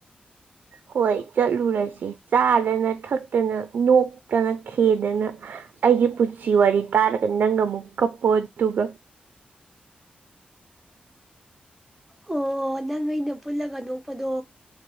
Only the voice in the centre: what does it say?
ꯑꯣꯣ ꯅꯪ ꯅꯣꯏꯩꯅ ꯄꯨꯜꯂꯒ ꯅꯣꯛꯄꯗꯣ